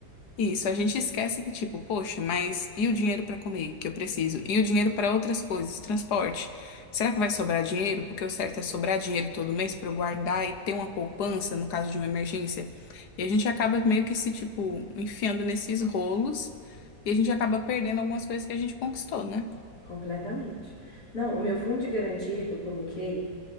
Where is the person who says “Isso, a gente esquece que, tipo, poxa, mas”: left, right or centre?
Left